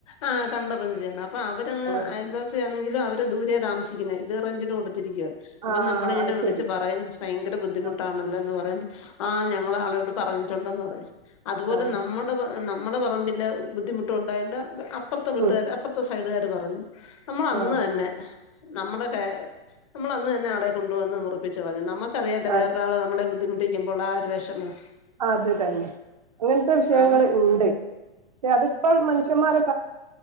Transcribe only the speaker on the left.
ആ കണ്ടറിഞ്ഞ് ചെയ്യണം അപ്പം അവരങ്ങ്
അയൽവാസി ആണെങ്കിലും അവര് ദൂരെയാ താമസിക്കുന്നെ ഇത് റെന്റിന് കൊടു ത്തിരിക്കുവാ അപ്പൊ
നമ്മളിങ്ങനെ വിളിച്ച്
പറയും ഭയങ്കര ബുദ്ധിമുട്ടാണല്ലോ
എന്ന് പറയും ആ ഞങ്ങള് ആളോട് പറഞ്ഞിട്ടുണ്ടെന്ന് പറയും അതുപോലെ
നമ്മുടെത് നമ്മുടെ പറമ്പില് ബുദ്ധിമുട്ട് ഉണ്ടായോണ്ട് അപ്പുറത്തെ വീട്ടുകാർ
അപ്പറത്തെ സൈഡുകാര് പറഞ്ഞ് നമ്മള് അന്ന്
തന്നെ നമ്മുടെ കെ നമ്മള് അന്ന് തന്നെ ആളെ കൊണ്ടുവന്ന് മുറിപ്പിച്ച് കളഞ്ഞു നമ്മ മ്മക്ക് അറിയാല്ലോ
വേറൊരാള് നമ്മളെ ബുദ്ധിമുട്ടിക്കുമ്പോൾ ആ ഒരു വിഷമം
ആഹ്